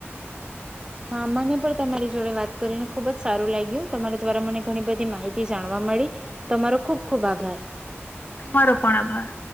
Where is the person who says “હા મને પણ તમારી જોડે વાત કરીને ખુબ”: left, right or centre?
Right